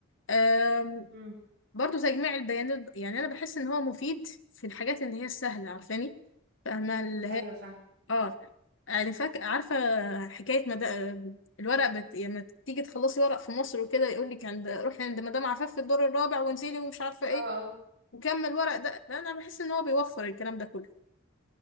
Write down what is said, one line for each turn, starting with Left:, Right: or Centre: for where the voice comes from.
Left: آم،
Right: إمم.
Left: برضو تجميع البيانات يعني انا بحس ان هو مفيد في الحاجات اللي هي السهلة عارفاني فاهمة اللي هي
Right: أيوه فاهمة.
Left: اه يعني فاك عارفة حكاية مد... الورق بت... لما تيجي تخلصي ورق في مصر وكده يقول لك عند روحي عند مدام عفاف في الدور الرابع وانزلي ومش عارفة
Right: آه،
Left: ايه
Right: آه.
Left: وكمل ورق ده لا انا بحس ان هو بيوفر الكلام ده كله